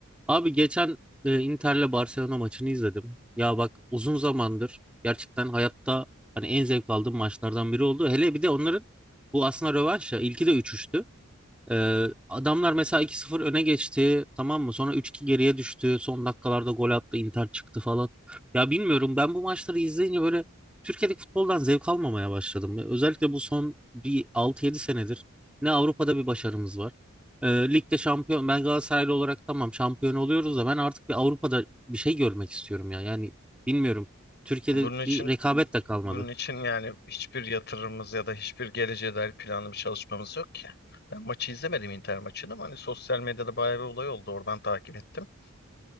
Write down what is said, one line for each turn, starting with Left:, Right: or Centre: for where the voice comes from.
Centre: Abi geçen e, Inter'le Barcelona maçını izledim. Ya bak uzun zamandır gerçekten hayatta hani en zevk aldığım maçlardan biri oldu. Hele bir de onların bu aslında rövanş ya. İlki de 3 ee, adamlar mesela iki sıfır öne geçti tamam mı? Sonra üç iki geriye düştü. Son dakikalarda gol attı, Inter çıktı falan. Ya bilmiyorum ben bu maçları izleyince böyle Türkiye'deki futboldan zevk almamaya başladım. Ya Özellikle bu son bir 6 yedi senedir ne Avrupa'da bir başarımız var. Ee, ligde şampiyon ben Galatasaraylı olarak tamam şampiyon oluyoruz da ben artık bir Avrupa'da bir şey görmek istiyorum ya. Yani bilmiyorum. Türkiye'de
Left: Bunun için
Centre: bir rekabet de kalmadı.
Left: bunun için yani hiçbir yatırımımız ya da hiçbir geleceğe dair planlı bir çalışmamız yok ki. Ben maçı izlemedim Inter maçını ama hani sosyal medyada bayağı bir olay oldu. Oradan takip ettim.